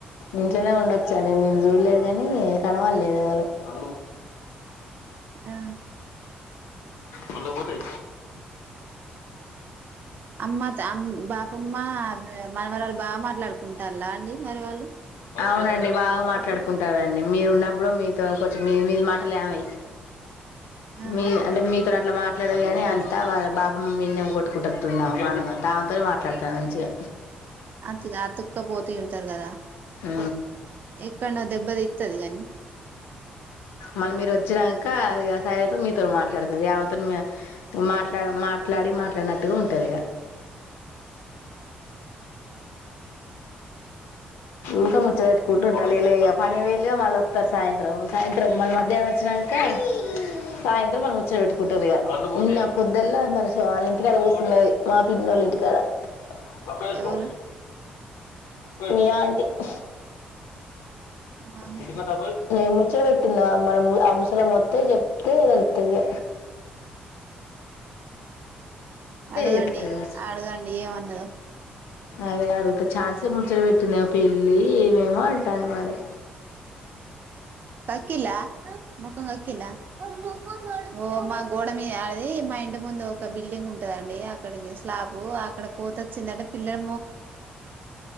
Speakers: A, on the left; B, on the right.
A: ఇంట్లోనే ఉండచ్చు సరే మీరు చూడలేదు కానీ కనవాలేదు ఎవలు హ
B: ఆ
A: మల్ల పోతై
B: అమ్మ అం బాపమ్మ మనరళ్లు బాగా మాట్లాడుకుంటారులా అండి మరి వాళ్ళు
A: అవునండి బాగా మాట్లాడుకుంటారండి మీరు ఉన్నప్పుడు మీతో కూంచెం మీ మీది మాటలు ఏమై
B: ఆ
A: మీ అంటే మీ త అట్లా మాట్లాడే కానీ అంతా బాబమ్మమీదనే కొట్టుకుంటుఉంటదేమో ప్రణామంతా అమెతోనే మాట్లాడుతాది మంచిగా
B: అతి అతుక్కపోతూ ఉంటారు కదా
A: ఉ
B: ఎక్కడనో దెబ్బతిత్తది కాని
A: మరి మీరు వచ్చినంక ఇక సై ఐతే మీతో మాట్లాడుతది ఆమెతోటి మాట్లాడి మాట్లాడి మాట్లాడినట్టుగా ఉంటది ఇఊకా ముచ్చబెట్టుకుంటు ఉంటాల ఎ పని వేలుగా మళ్ళ వస్తారు సాయంత్రం సాయంత్రం మళ్ళీ మధ్యాహ్నం వచ్చినాక సాయంత్రం మన ముచ్చో పెెట్టుకుంటుారు ఇ ఇన్న పొద్దులా మరి వాళ్ళ ఇంటికాడ కూర్స్తున్నది మా పిండి వాళ్ళ ఇంటికాడ తొక్క ఎసుకో
B: ఎవలు
A: మివల్ క <unintelligible>
B: ఆహా
A: <unintelligible> ఎమ్ ఇచ్చడ పెట్టిందా మనం ఆ ముసల మత్త చెప్తేది వెళ్తుంది
B: అడగండి
A: చెప్తుంది మస్
B: అడగండి ఏమన్నద
A: అదే అడుగుతే చఛాన్సే ముచ బట్ పట్నే పెళ్లి ఏమేమో తది మరి
B: కకిలా ముఖం కకిలా ఓ మొఖం కడుక ఓ మా గోడ మీదడిది మా ఇంటి ముందు పాబ్ బిల్డింగ్ ఉంటదండి అక్కడికి స్లాబు అక్కడ కోతి వచ్చిందంట పిల్లలక్